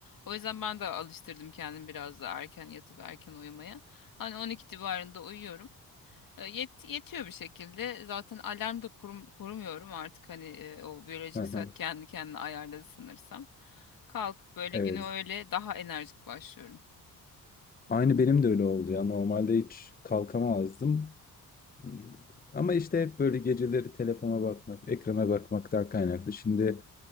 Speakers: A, on the left (about 60°); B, on the left (about 25°).
A: O yüzden ben de alıştırdım kendimi biraz da erken yatıp erken uyumaya. Hani 12 civarında uyuyorum. E, Yet, yetiyor bir şekilde. Zaten alarm da kurum, kurmuyorum artık hani e, o biyolojik
B: Hı hı.
A: saat kendi kendine ayarladı sanırsam. Kalkıp böyle
B: Evet.
A: güne öyle daha enerjik başlıyorum.
B: Aynı benim de öyle oldu ya. Normalde hiç kalkamazdım. Hmm, Ama işte hep böyle geceleri telefona bakmak, ekrana bakmaktan kaynaklı. Şimdi